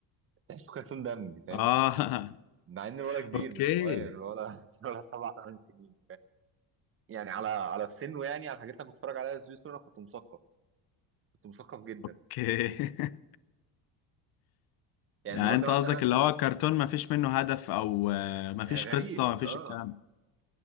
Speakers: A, on the right (about 30°); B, on the left (about 55°).
A: تحسه كرتون دمج فاهم
B: اه
A: مع ان الولد كبير
B: <laughs> اوكي
A: مش صغير ولا ولا سبع ثمان <laughs> سنين يعني على على في سنه يعني على الحاجات اللي أنا كنت بتفرج عليها سويس انا كنت مثقف كنت مثقف جدا
B: اوكي <laughs>
A: يعني
B: يعني
A: الولد
B: انت
A: ده
B: قصدك
A: مثلا
B: اللي هو كرتون ما فيش منه هدف او آه،
A: يعني
B: ما فيش قصة
A: غريب
B: ما فيش
A: اه
B: الكلام